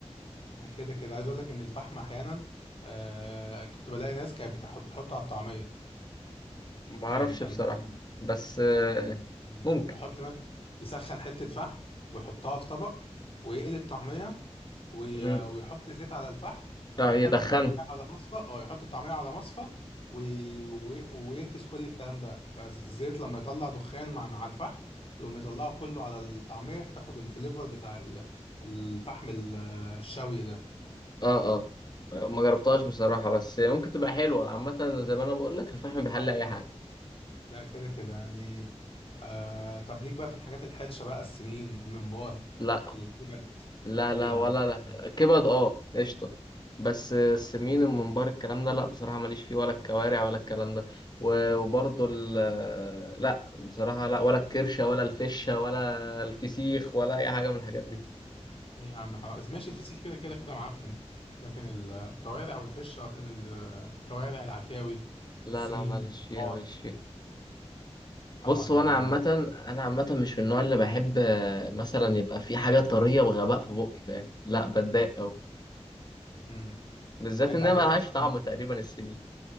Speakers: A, on the left; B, on the left.
A: يعني كده كده عايز اقول لك ان الفحم احيانا آه كنت بلاقي ناس كانت بتح- بتحطه على الطعميه
B: ما
A: يعني
B: اعرفش
A: كان
B: بصراحه
A: كان
B: بس آه،
A: كان آه
B: ممكن
A: يحط مث- يسخن حته فحم ويحطها في طبق ويقلي الطعميه وي-
B: مم.
A: ويحط زيت على الفحم
B: اه
A: ويحط
B: يدخنها
A: الطعميه على مصفى اه يحط الطعميه على مصفى وي- وي- ويكبس كل الكلام ده فالزيت لما يطلع دخان مع مع الفحم يقوم يطلعه كله على الطعميه فتاخد الفليفر بتاع ال- الفحم ال- الشوي
B: اه اه آه، ما جربتهاش بصراحه بس ممكن تبقى حلوه عامه زي ما انا بقول لك الفحم بيحل اي
A: ده
B: حاجه
A: ده كده كده يعني آه طب ليك بقى في الحاجات الحرشة بقى السمين الممبار
B: لا
A: الكبد
B: لا
A: ليه
B: لا
A: يا
B: ولا
A: لا عم
B: لا. كبد اه قشطة بس السمين الممبار الكلام ده لا بصراحة ماليش فيه ولا الكوارع ولا الكلام ده و- وبرضه ال لا بصراحة لا ولا الكرشة ولا الفشة ولا الفسيخ ولا أي حاجة من الحاجات دي
A: ليه يا عم حرام ماشي الفسيخ كده كده كده معفن لكن الكوارع والفش الكوارع العكاوي
B: لا
A: السمين
B: لا ماليش
A: البطال
B: فيها ماليش فيها
A: حرام
B: بص
A: عليك
B: هو أنا
A: بقى
B: عامة
A: ما انا
B: أنا عامة مش من النوع اللي بحب آه، مثلا يبقى في حاجة طرية بغباء في بقي فاهم لا بتضايق أوي
A: امم
B: بالذات
A: يعني انت
B: إنها
A: على
B: ملهاش
A: كده مثلا
B: طعم تقريبا السمين